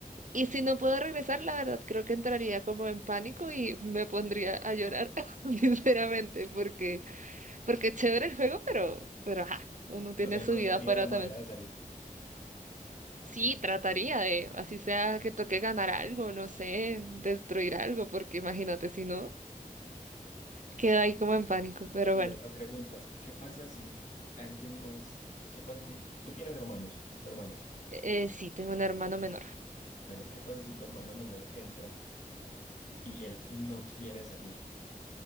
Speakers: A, on the right; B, on the left.
A: Y si no puedo regresar, la verdad, creo que entraría como en pánico y me pondría a llorar, <laughs> sinceramente, porque, porque es chévere el juego, pero, pero ajá, uno tiene
B: O sea, encontrarías
A: su vida afuera
B: la manera
A: también.
B: de salir.
A: Sí, trataría de, así sea que toque ganar algo, no sé, destruir algo, porque imagínate, si no, queda ahí como en pánico. Pero
B: Y
A: bueno,
B: otra pregunta, ¿qué pasa si alguien más, qué pasa si tú tienes hermanos o hermanas?
A: eh, sí, tengo un hermano menor.
B: Bueno, ¿qué pasa si tu hermano menor entra y él no quiere salir?